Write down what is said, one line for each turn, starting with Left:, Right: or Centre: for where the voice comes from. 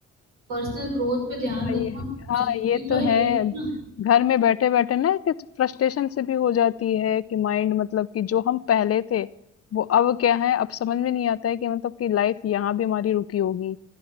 Right: पर्सनल ग्रोथ पे ध्यान देना
Left: हाँ, ये
Right: जरूरी
Left: हाँ ये
Right: तो
Left: तो
Right: है
Left: है
Right: ही ना
Left: घर में बैठे बैठे ना कि तो फ्रस्ट्रेशन से भी हो जाती है कि माइंड मतलब कि जो हम पहले थे वो अब क्या है अब समझ में नहीं आता है कि मतलब कि लाइफ यहाँ भी हमारी रुकी होगी